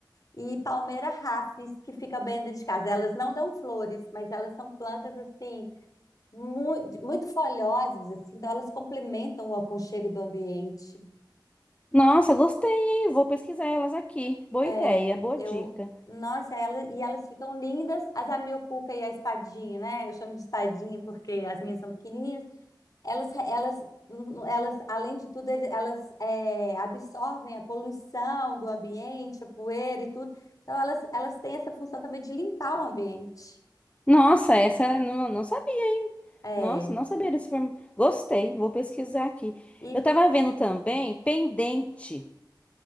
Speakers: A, on the left; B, on the left.
A: e palmeira rafis, que fica bem dentro de casa. Elas não dão flores, mas elas são plantas assim muito, muito folhosas, assim, então elas complementam o aconchego do ambiente.
B: Nossa, gostei, hein? Vou pesquisar elas aqui. Boa
A: É,
B: ideia, boa
A: eu,
B: dica.
A: nossa, elas, e elas ficam lindas, as a miocuca e a espadinha, né? Eu chamo de espadinha porque as minhas são pequenininhas. Elas, elas, elas, além de tudo, ele- elas é, absorvem a poluição do ambiente, a poeira e tudo. Então elas, elas têm essa função também de limpar o ambiente.
B: Nossa, essa eu não, não sabia, hein?
A: É.
B: Nossa, não sabia desse form... Gostei, vou pesquisar aqui.
A: E
B: Eu tava vendo também pendente.